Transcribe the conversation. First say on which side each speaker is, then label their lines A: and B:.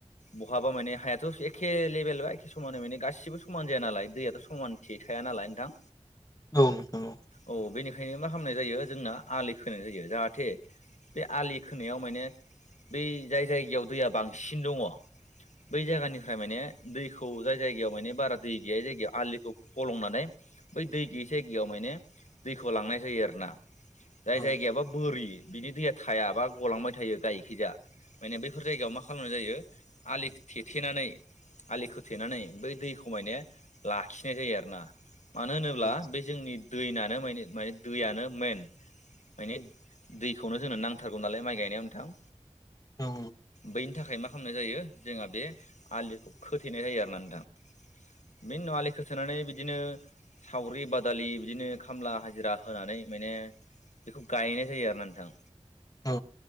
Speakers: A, on the left; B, on the left.
A: बहाबा माने हायाथ' एखे लेभेलबा एखे समानै माने गासिबो समान जाया नालाय, दैयाथ' समान थिकाया नालाय नोंथां।
B: औ नंगौ।
A: औ बेनिखायनो मा खालामनाय जायो जोंना आलि खोनाय जायो जाहाथे बे आलि खोनायाव माने बै जाय जायगायाव दैया बांसिन दङ बै जायगानिफ्राय माने दैखौ जाय जायगायाव माने बारा दै गैया जायगायाव आलिखौ फलंनानै बै दै गैयै जायगायाव माने दैखौ लांनाय जायो आरोना।
B: औ
A: जाय जायगायाबा बोरि बिनि दैया थायाबा गलांबाय थायो गायिखैजा माने बैफोर जायगायाव मा खालामनाय जायो आलि थेथेनानै आलि खोथेनानै बै दैखौ मायने लाखिनाय जायो आरोना, मानो होनोब्ला
B: औ
A: बे जोंनि दैनानो माने माने दैयानो मेइन। माने दैखौनो जोंनो नांथारगौ नालाय माइ गायनायाव नोंथां।
B: औ
A: बैनि थाखाय मा खालामनाय जायो जोंहा बे आलिखौ खोथेनाय जायो आरोना नोंथां। बेनि उनाव आलि खो थेनानै बिदिनो सावरि बादालि, बिदिनो खामला हाजिरा होनानै माने बेखौ गायनाय जायो आरो ना नोंथां।
B: औ।